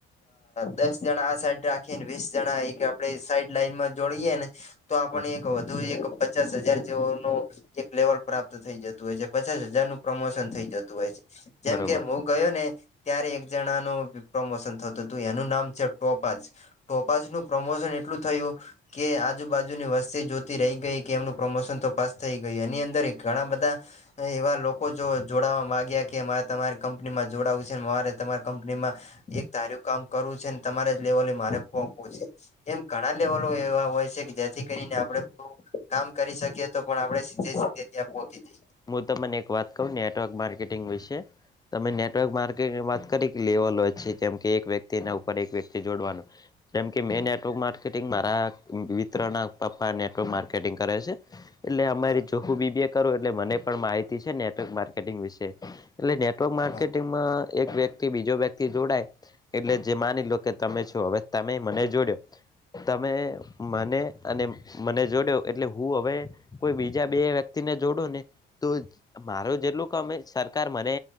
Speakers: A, on the left; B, on the left.
A: દસ જણા આ સાઈડ રાખી ને વીસ જણા એક આપણે સાઈડ લાઈનમાં જોડીએ ને તો આપણને
B: હ
A: એક વધુ એક પચાસ હજાર જેવોનું એક લેવલ પ્રાપ્ત થઈ જતું હોય છે. પચાસ હજારનું પ્રમોશન થઈ જતું હોય છે. જેમ
B: બરોબર
A: કે <inaudible> ગયો ને ત્યારે એક જણાનું પ્રમોશન થતું તું. એનું નામ છે ટોપાજ. ટોપાસનું પ્રમોશન એટલું થયું કે આજુબાજુની વસ્તી જોતી રહી ગઈ કે એમનું પ્રમોશન તો પાસ થઈ ગયું એની અંદર ઘણા બધા એવા લોકો જોડાવા માંગ્યા કે મારે તમારી કંપનીમાં જોડાવું છે મારે તમારી કંપનીમાં એક તારું કામ કરવું છેને તમારા જ લેવલે મારે પહોંચવું છે. એમ ઘણા લેવલો એવા હોય છે કે જેથી કરીને આપણે થોડું કામ કરી શકીએ. તો પણ આપણે સીધે-સીધે ત્યાં પહોકી જઈએ.
B: મું તમને એક વાત કહું નેટવર્ક માર્કેટિંગ વિશે? તમે નેટવર્ક માર્કેટની વાત કરી કે લેવલ હોય છે. જેમ કે એક વ્યક્તિના ઉપર એક વ્યક્તિ જોડવાનું. જેમ કે મેં નેટવર્ક માર્કેટિંગ મારા મિત્રના પપ્પા નેટવર્ક માર્કેટિંગ કરે છે. એટલે
A: હા
B: અમારી જોખું બી બી એ કરું એટલે મને પણ માહિતી છે નેટવર્ક માર્કેટિંગ વિશે. એટલે નેટવર્ક માર્કેટિંગમાં
A: હા
B: એક વ્યક્તિ બીજો વ્યક્તિ જોડાય એટલે જે માની લો કે તમે છો હવે તમે મને જોડ્યો. તમે મને અને મને જોડ્યો એટલે હું હવે કોઈ બીજ જ્યાં બે વ્યક્તિને જોડો ને તો જ મારું જેટલું કમે સરકાર મને